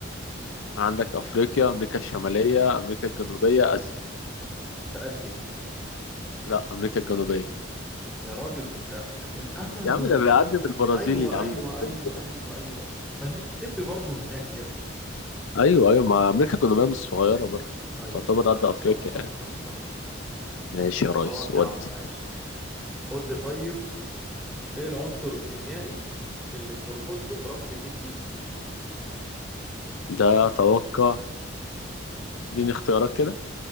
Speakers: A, on the left; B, in the centre.
A: عندك أفريقيا أمريكا الشمالية أمريكا الجنوبية آسيا
B: في اسيا
A: لا أمريكا الجنوبية
B: يا راجل مش أ... الامازون
A: يا عم ده بيعدي من البرازيل
B: ايوه
A: يا عم
B: ايوه
A: وكولومبيا
B: ايوه ايوه ايوه ما الميسيسيبي برضه هناك يا ابني
A: ايوه ايوه مع امريكا كنا بقى مش صغيره برضه
B: ايوه
A: تعتبر
B: ايوه صح
A: قد افريقيا
B: صح صح
A: يعني
B: صح صح صح صح
A: ماشي يا ريس
B: خلاص
A: ودي
B: يا عم ماشي ماشي قول لي طيب ايه العنصر الكيميائي اللي بنرمز له برمز الاف اي
A: ده اتوقع اديني اختيارات كده